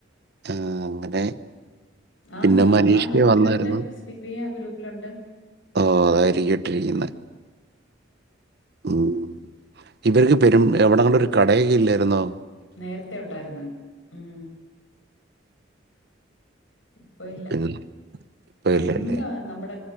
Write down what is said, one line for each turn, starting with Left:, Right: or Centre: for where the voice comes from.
Right: ആ അങ്ങനെ
Left: ആ
Right: പിന്നെ മനീഷ്
Left: ആ ഗ്രൂപ്പിലുണ്ട്
Right: വന്നായിരുന്നു
Left: ശ്രീപ്രിയ ആ ഗ്രൂപ്പിലുണ്ട്
Right: ഓ അതായിരിക്കും ഇട്ടിരിക്കുന്നത് ഉം ഇവർക്ക് പെരും എവിടെങ്ങണ്ടൊക്കെ ഒരു കടയൊക്കെ ഇല്ലായിര്ന്നോ
Left: നേരത്തെ ഉണ്ടായിര്ന്ന് ഉം ഇപ്പൊ ഇല്ല
Right: പിന്നെ ഇപ്പൊ
Left: പണ്ട്
Right: ഇല്ലല്ലേ
Left: അ നമ്മടെ